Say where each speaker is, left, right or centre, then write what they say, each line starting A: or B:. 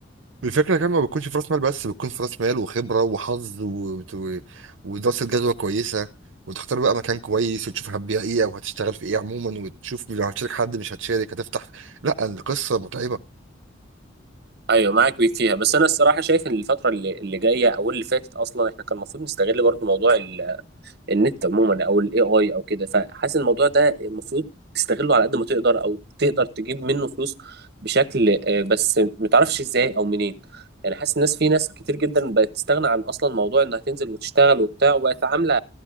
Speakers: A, on the right; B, on the right.
A: الفكرة كمان ما بتكونش في راس مال بس بتكون في راس مال وخبرة وحظ و... و... ودراسة جدوى كويسة وتختار بقى مكان كويس وتشوف هتبيع ايه او هتشتغل في ايه عموما وتشوف لو هتشارك حد مش هتشارك هتفتح لا القصة متعبة
B: ايوه معاك بيك فيها بس انا الصراحه شايف ان الفتره اللي اللي جايه او اللي فاتت اصلا احنا كان المفروض نستغل برضو موضوع ال- النت عموما او الاي اي او كده فحاسس إن الموضوع ده المفروض تستغله على قد ما تقدر او تقدر تجيب منه فلوس بشكل آه، بس متعرفش ازاي او منين يعني حاسس الناس في ناس كتير جدا بقت تستغنى عن اصلا موضوع انها تنزل وتشتغل وبتاع وبقت عامله